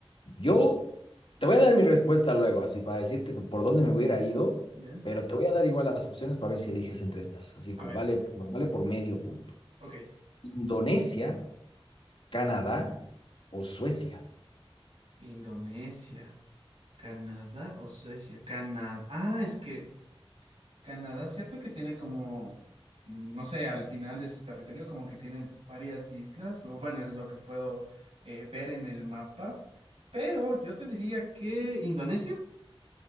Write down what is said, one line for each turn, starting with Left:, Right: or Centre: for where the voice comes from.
Left: Yo te voy a dar mi respuesta luego, así para decirte por dónde me hubiera ido,
Right: ¿Ya?
Left: pero te voy a dar igual las opciones para ver si eliges entre estas. Así
Right: a
Left: que
Right: ver,
Left: vale, vale por medio punto.
Right: ok.
Left: Indonesia, Canadá o Suecia.
Right: Indonesia, Canadá o Suecia. Canadá. Ah, es que Canadá, cierto que tiene como, mm, no sé, al final de su territorio como que tiene varias islas, o bueno, es lo que puedo eh, ver en el mapa. Pero yo te diría que Indonesia.